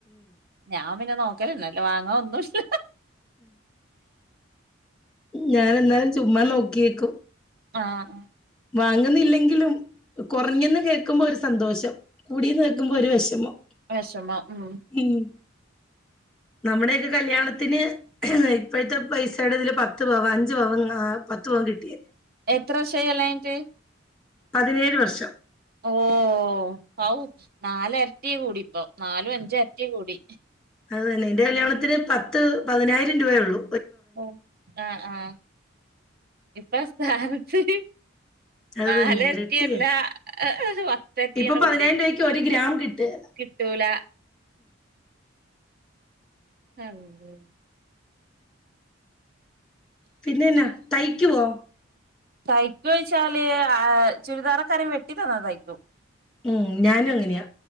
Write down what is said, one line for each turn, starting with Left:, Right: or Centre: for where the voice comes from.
Right: ഞാൻ പിന്നെ നോക്കലന്നല്ല വാങ്ങാൻ ഒന്നുംല്ല
Centre: ഞാൻ എന്നാലും ചുമ്മാ നോക്കിയേക്കും
Right: ആഹ്
Centre: വാങ്ങുന്നില്ലെങ്കിലും കൊറഞ്ഞന്ന് കേൾക്കുമ്പോ ഒരു സന്തോഷം കൂടിന്ന് കേക്കുമ്പോ ഒരു വെഷമം
Right: വെഷമം ഉം
Centre: ഉം നമ്മുടെക്കെ കല്യാണത്തിന് ഇപ്പോഴത്തെ പൈസയുടെ ഇതില് പത്ത് പവൻ അഞ്ചു പവം പത്ത് പവം കിട്ടിയേ.
Right: എത്ര വർഷയി കല്യാണം കഴിഞ്ഞിട്ട്
Centre: പതിനേഴ് വർഷം
Right: ഓ പഔ നാലരട്ടി കൂടി ഇപ്പൊ നാലും അഞ്ചരട്ടി കൂടി
Centre: അതന്നെ എന്റെ കല്യാണത്തിന് പത്ത് പതിനായിരം രൂപയേള്ളൂ
Right: ഓ ആഹ് ആഹ് ഇപ്പ സ്ഥാനത്ത്
Centre: അത്
Right: നാലരറ്റിയല്ല
Centre: തന്നെ ഇരട്ടിയായി
Right: പത്തരറ്റിയെന്ന
Centre: ഇപ്പൊ പതിനായിരം
Right: കൂടി
Centre: രൂപയ്ക്ക് ഒരു ഗ്രാം കിട്ടെലെ
Right: കിട്ടൂല ആള്ളഹോ
Centre: പിന്നെന്നെ തയ്ക്കുവോ
Right: തയ്ക്കുച്ചാല് ആ ചുരിദാറൊക്കെ ആരെ വെട്ടി തന്നാ തയ്ക്കും
Centre: ഉം ഞാനും അങ്ങനെയാ